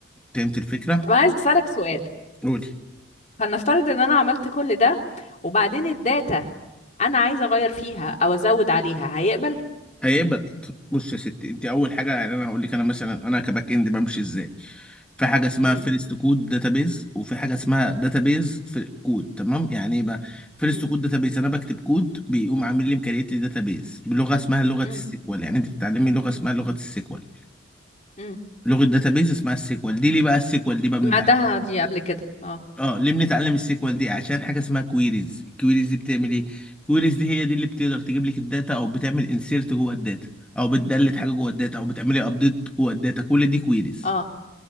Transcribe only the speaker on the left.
طب انا عايز اسالك سؤال
هنفترض ان انا عملت كل ده وبعدين الداتا انا عايزه اغير فيها او ازود عليها هيقبل
مم.
مم.
مم.
مم.
سمعتها دي قبل كده اه
اه